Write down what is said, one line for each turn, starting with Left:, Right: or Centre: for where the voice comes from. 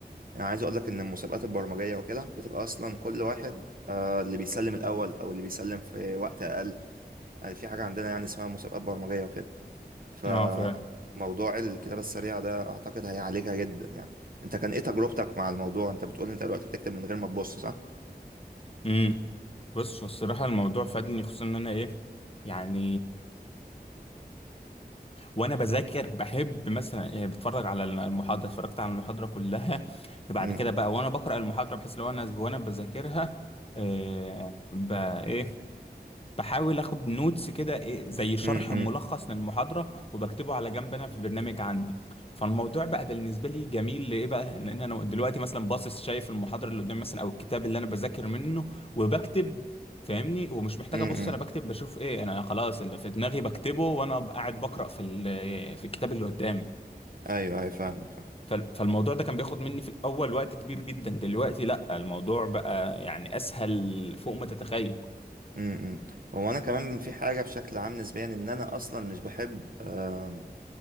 Right: يعني عايز أقولك إن المسابقات البرمجية وكده بتبقى أصلا كل واحد آه، اللي بيسلم الأول أو اللي بيسلم في وقت أقل آه، في حاجة عندنا يعني اسمها مسابقات برمجية وكده فموضوع
Left: اه فاهم
Right: الكتابة السريعة ده أعتقد هيعالجها جدا يعني أنت كان إيه تجربتك مع الموضوع أنت بتقول أنت دلوقتي بتكتب من غير ما تبص صح؟
Left: امم بص هو الصراحه الموضوع فادني خصوصا ان انا ايه يعني وانا بذاكر بحب مثلا يعني بتفرج على المحاضره اتفرجت على المحاضره كلها بعد
Right: م-
Left: كده بقى وانا بقرا المحاضره بحيث لو انا وانا بذاكرها آه، بقى ايه بحاول اخد نوتس كده ايه زي شرح
Right: م- م-
Left: ملخص للمحاضره وبكتبه على جنب انا في برنامج عندي فالموضوع بقى بالنسبه لي جميل لايه بقى لان انا دلوقتي مثلا باصص شايف المحاضره اللي قدامي مثلا او الكتاب اللي انا بذاكر منه وبكتب فاهمني ومش محتاج
Right: م-
Left: ابص انا
Right: م.
Left: بكتب بشوف ايه انا خلاص اللي في دماغي بكتبه وانا قاعد بقرا في ال- في الكتاب اللي قدامي
Right: ايوه ايوه فاهمك فاهم
Left: فال- فالموضوع ده كان بياخد مني في الاول وقت كبير جدا دلوقتي لا الموضوع بقى يعني اسهل فوق ما تتخيل
Right: امم إمم. هو انا كمان في حاجه بشكل عام نسبيا ان انا اصلا مش بحب أم،